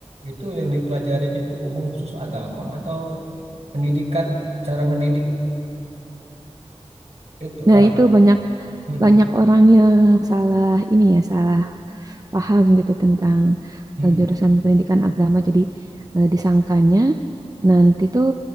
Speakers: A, on the right; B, on the right.
A: itu yang dipelajarinya tuh umum khusus agama atau pendidikan cara mendidik itu orang.
B: Nah, itu banyak
A: Hmm.
B: banyak orang yang salah ini ya, salah paham gitu tentang
A: Hmm.
B: eh, jurusan pendidikan agama. Jadi eh, disangkanya nanti tuh